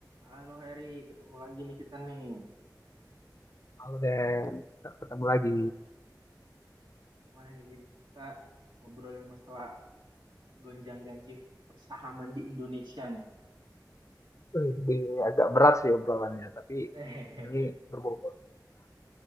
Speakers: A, on the right; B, on the left.
A: Halo Heri, ketemu lagi nih kita nih.
B: Halo Den, kita ketemu
A: Ah,
B: lagi.
A: gimana nih Gin? kita ngobrolin masalah gonjang-ganjing persahaman di Indonesia nih.
B: Eh, Ini agak berat sih obrolannya, tapi
A: <laughs> Hehehe.
B: ini berbobot.